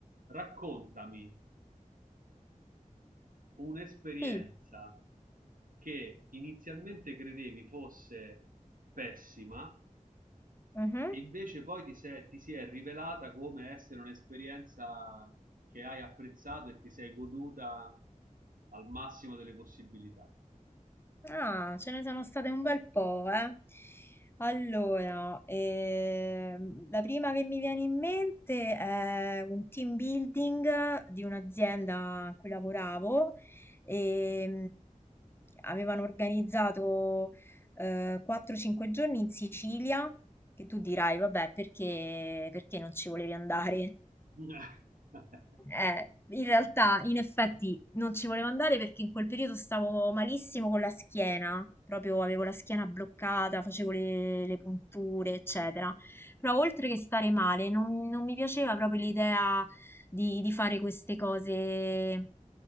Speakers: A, on the right; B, on the left.
A: Raccontami un'esperienza
B: Sì,
A: che inizialmente credevi fosse pessima
B: mhm.
A: e invece poi ti se- ti si è rivelata come essere un'esperienza che hai apprezzato e ti sei goduta al massimo delle possibilità.
B: Ah, ce ne sono state un bel po', eh. Allora, ehm, la prima che mi viene in mente è un team building di un'azienda a cui lavoravo e avevano organizzato eh, 4-5 giorni in Sicilia, che tu dirai, vabbè, perché, perché non ci volevi andare?
A: <laughs>
B: Eh, in realtà, in effetti, non ci volevo andare perché in quel periodo stavo malissimo con la schiena, proprio avevo la schiena bloccata, facevo le, le punture, eccetera. Però oltre che stare male, non, non mi piaceva proprio l'idea di, di fare queste cose